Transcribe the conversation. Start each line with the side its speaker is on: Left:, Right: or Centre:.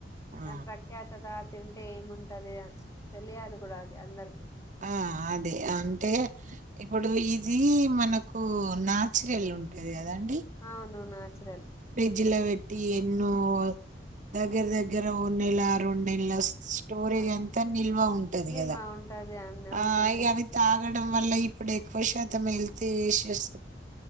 Right: ఆ
Left: ప్రఖ్యాత రా తింటే ఏముంటది ఉచు తెలియాలి కూడా అది అందరికి
Right: ఆ అదే అంటే ఇప్పుడు ఈ ఇది మనకు నాచురల్ ఉంటది కదండి
Left: అవును న్యాచురల్
Right: జిల్లా ఎన్నో దగ దగ్గర దగ్గర ఒక నెల రెండు నెలలు స్టోరేజ్
Left: ఆ,
Right: అంతా నిల్వ ఉంటది
Left: నిల్వ
Right: కదా
Left: ఉంటది అండి అవునండి
Right: ఆ అవితా తగడం వల్ల ఇప్పుడు ఎక్కువ శాతం హెల్త్ ఇష్యూస్